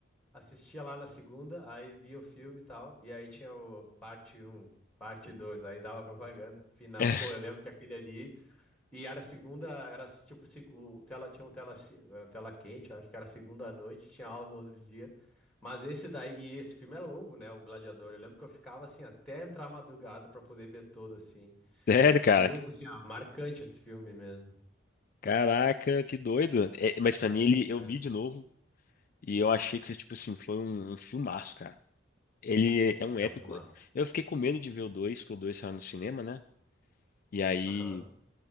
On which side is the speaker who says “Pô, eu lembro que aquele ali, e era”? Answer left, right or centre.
Centre